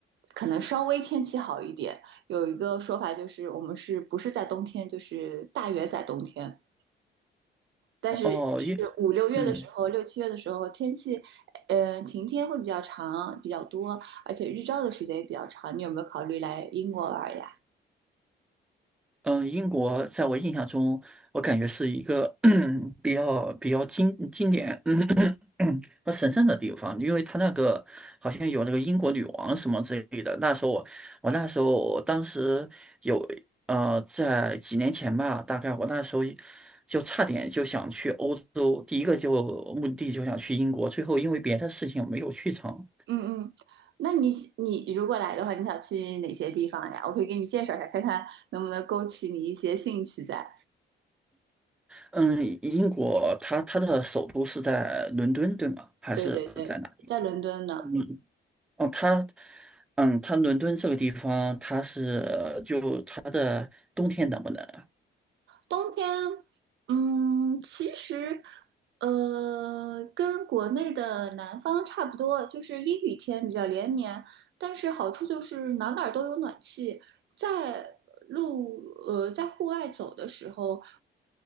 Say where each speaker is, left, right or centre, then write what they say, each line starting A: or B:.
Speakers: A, on the right (about 65°); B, in the centre.
A: 可能稍微天气好一点。有一个说法就是，我们是不是在冬天，就是大约在冬天。但是就是五六月的时候，
B: 哦，英，嗯
A: 六七月的时候，天气，呃，晴天会比较长，比较多，而且日照的时间也比较长。你有没有考虑来英国玩呀？
B: 嗯，呃英国在我印象中，我感觉是一个 <clears throat> 比较比较经经典嗯和神圣的地方，因为它那个好像有那个英国女王什么之类的。那时候我我那时候我当时有呃在几年前吧，大概我那时候就差点就想去欧洲，第一个就目的地就想去英国，最后因为别的事情没有去成。
A: 嗯嗯，那你你如果来的话，你想去哪些地方呀？我可以给你介绍一下，看看能不能勾起你一些兴趣在。
B: 嗯，英国它它的首都是在伦敦，对吗？还是在哪
A: 对对对，在伦敦呢。
B: 嗯，哦，它，嗯，它伦敦这个地方，它是呃就它的冬天冷不冷啊？
A: 冬天，嗯，其实，呃，跟国内的南方差不多，就是阴雨天比较连绵，但是好处就是哪哪儿都有暖气，在路，呃，在户外走的时候，